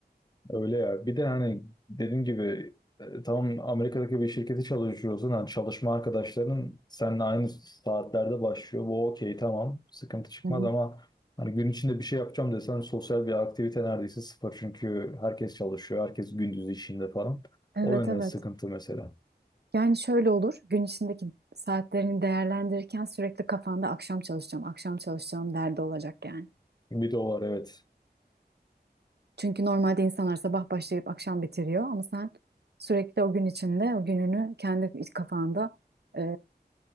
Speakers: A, on the left; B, on the right.
A: Öyle ya. Bir de hani dediğim gibi e, tamam Amerika'daki bir şirkete çalışıyorsun. Hani çalışma arkadaşların seninle aynı saatlerde başlıyor. Bu okey tamam. Sıkıntı çıkmaz
B: Hı hı.
A: ama hani gün içinde bir şey yapacağım desen sosyal bir aktivite neredeyse sıfır. Çünkü herkes çalışıyor. Herkes gündüz işinde falan.
B: Evet
A: O yönden
B: evet.
A: sıkıntı mesela.
B: Yani şöyle olur. Gün içindeki saatlerini değerlendirirken sürekli kafanda akşam çalışacağım, akşam çalışacağım derdi olacak yani.
A: Bir de o var evet.
B: Çünkü normalde insanlar sabah başlayıp akşam bitiriyor ama sen sürekli o gün içinde o gününü kendi kafanda e,